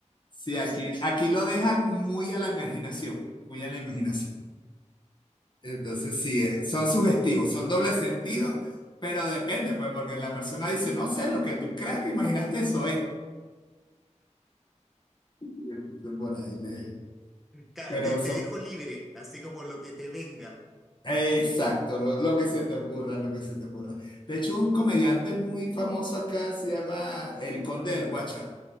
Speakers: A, on the left; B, in the centre.
A: sí, aquí, aquí lo dejan muy a la imaginación, muy a la imaginación. Entonces, sí, eh, son sugestivos, son doble sentido, pero depende, pues, porque la persona dice, no sé, lo que tú creas que imaginaste eso es. Y entonces Por ahí le...
B: Ca-
A: Pero
B: Te, te
A: son...
B: dejo libre, así como lo que te venga.
A: Exacto, lo, lo que se te ocurra, lo que se te ocurra. De hecho, un comediante muy famoso acá se llama El Conde del Guachar.